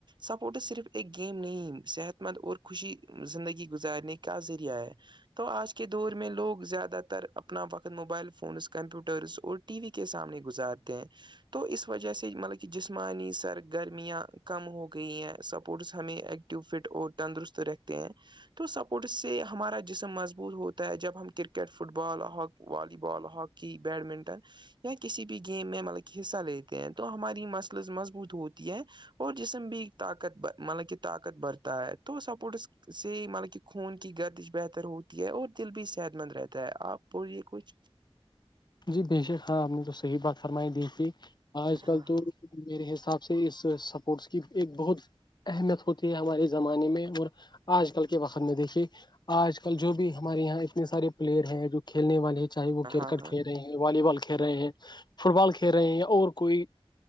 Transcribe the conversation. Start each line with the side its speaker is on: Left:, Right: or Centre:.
Right: سپورٹس صرف ایک گیم نہیں صحت مند اور خوشی زندگی گزارنے کا ذریعہ ہے تو آج کے دور میں لوگ زیادہ تر اپنا وقت موبائل فونز کمپیوٹرز ا ٹی وی کے سامنے گزارتے ہیں تو اس وجہ سے مطلب کہ جسمانی سرگرمیاں کم ہو گئی ہیں سپورٹس ہمیں ایک ٹیوب فٹ اور تندرست رکھتے ہیں تو سپورٹس سے ہمارا جسم مضبوط ہوتا ہے جب ہم کرکٹ فٹ بال ہاک والی بال ہاک کی بیڈمنٹن یا کسی بھی گیم میں مطلب کہ حصہ لیتے ہیں تو ہماری مسلز مضبوط ہوتی ہیں اور جسم بھی طاقت مطلب کہ طاقت برتا ہے تو سپورٹس سے مطلب کہ خون کی گردش بہتر ہوتی ہے اور دل بھی صحت مند رہتا ہے آپ یہ کچھ
Left: جی بے شک ہاں آپ نے تو صحیح بات فرمائی دی تھی آج کل
Right: ہاں
Left: تو
Right: ہاں
Left: میرے حساب سے اس سپورٹس کی ایک بہت اہمیت ہوتی ہے ہمارے زمانے میں اور آج کل کے وقت میں دیکھیے آج کل جو بھی ہمارے یہاں اتنے سارے پلیئر ہیں جو کھیلنے والے ہیں چاہے وہ کرکٹ
Right: ہاں
Left: کھیل رہے والی بال کھیل رہے ہیں فٹ بال کھیل رہے ہیں اور کوئی